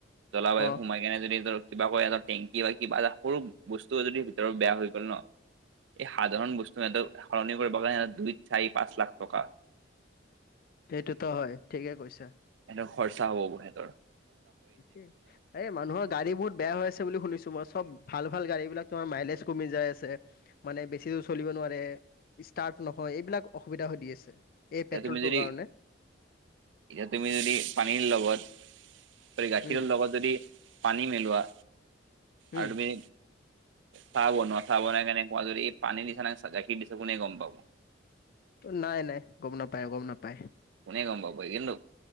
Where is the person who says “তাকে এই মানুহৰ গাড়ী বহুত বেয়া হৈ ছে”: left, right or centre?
Left